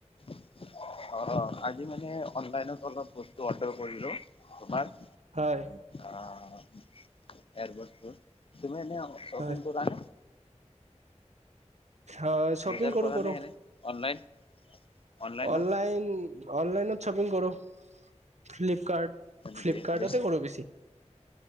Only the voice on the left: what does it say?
<inaudible> অ', আজি মানে অনলাইনত অলপ বস্তু অৰ্ডাৰ কৰিলো তোমাৰ।
অ', এৰব তুমি এনে শপিং
কৰ নে?
বজাৰ
কৰা
নে এনে অনলাইন? অনলাইনত
হয় নেকি
বেছ